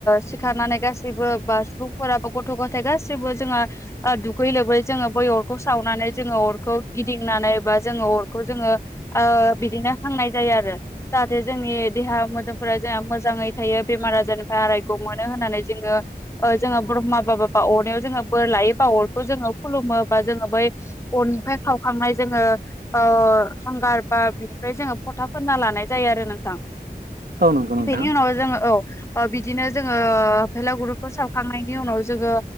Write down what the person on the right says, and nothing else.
औ नंगौ नोंथां